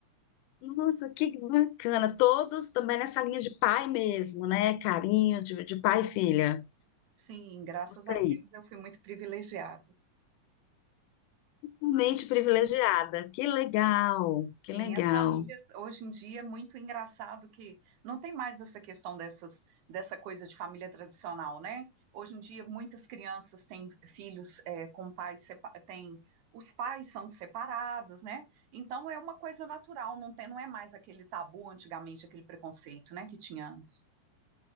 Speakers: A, on the left (about 85°); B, on the right (about 75°).
A: Nossa, que bacana. Todos também nessa linha de pai mesmo, né? Carinho de, de pai e filha.
B: Sim, graças
A: Os três.
B: a Deus eu fui muito privilegiada.
A: Mente privilegiada. Que legal, que
B: Sim,
A: legal.
B: as famílias, hoje em dia, é muito engraçado que não tem mais essa questão dessas, dessa coisa de família tradicional, né? Hoje em dia, muitas crianças têm filhos é, com pais, sepa- têm, os pais são separados, né? Então, é uma coisa natural, não tem, não é mais aquele tabu antigamente, aquele preconceito, né, que tinha antes.